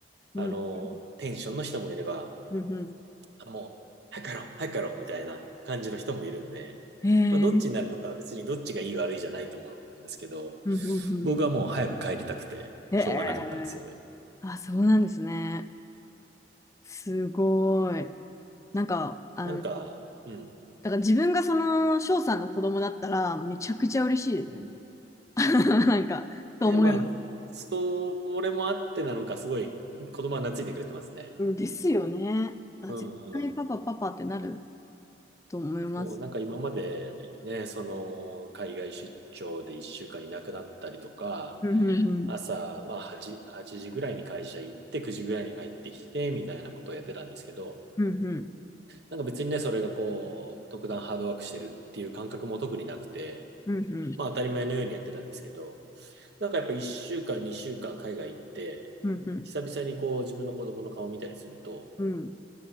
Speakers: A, on the left; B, on the right.
A: うん、
B: あの、
A: うん、
B: テンションの人もいれば、
A: うん、うん。うん
B: あ、もう、早く帰ろう、早く帰ろう、みたいな感じの人もいるんで、
A: へえ、
B: まあ、どっちになるのかは別にどっちがいい悪いじゃないと思うんですけど、
A: うん、うん、うん。
B: 僕はもう早く帰りたくて、
A: へえ、
B: しょうがなかったんですよね。
A: あ、そうなんですね。すごい。なんか、あの、
B: なんか、うん、
A: だから自分がその翔さんの子供だったら、めちゃくちゃ嬉しいですよね
B: うん。
A: <laughs> なんか、と思います。
B: で、まあ、それもあってなのか、すごい子供は懐いてくれてますね。
A: うんですよね。あ、
B: うん
A: 絶対パパパパってなると思います。
B: そう、なんか今までね、その海外出張で1週間いなくなったりとか、
A: うんうんうん。
B: 朝、まあ8、8時ぐらいに会社行って、9時ぐらいに帰ってきて、みたいなことをやってたんですけど、
A: うんうん。
B: なんか別にね、それがこう、特段ハードワークしてるっていう感覚も特になくて、
A: うんうん。
B: まあ当たり前のようにやってたんですけど、なんかやっぱ1週間、2週間海外行って、
A: うんう
B: 久々にこう自分の子供の顔見たりすると、
A: ん。うん